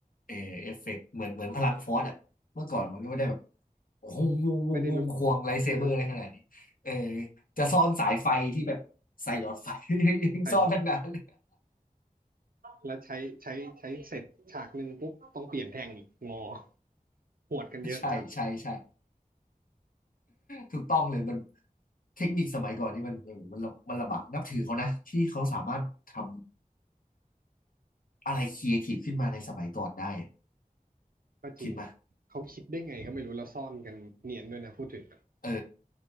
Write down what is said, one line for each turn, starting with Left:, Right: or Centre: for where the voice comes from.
Left: เออเอฟเฟกต์เหมือนเหมือนพลังฟอสอ่ะเมื่อก่อนมันก็ไม่ได้แบบโอ้โหวงวงวงควงไลท์เซเบอร์อะไรขนาดนี้เออ
Right: ไม่ได้รู้เออ
Left: จะซ่อนสายไฟที่แบบใส่หลอดไฟ <laughs> ยังซ่อนทั้งนั้น
Right: ใส่หลอดแล้วใช้ใช้ใช้เสร็จฉากหนึ่งปุ๊บต้องเปลี่ยนแทงอีกงอหวดกันเยอะจัด
Left: ใช่ใช่ใช่ถูกต้องเลยมันเทคนิคสมัยก่อนนี่มันมันลำมันลำบากนับถือเขานะที่เขาสามารถทำอะไรครีเอทีฟขึ้นมาในสมัยก่อนได้
Right: ก็จริง
Left: คิดมา
Right: เขาคิดได้ไงก็ไม่รู้แล้วซ่อนกันเนียนด้วยนะพูดถึง
Left: เออ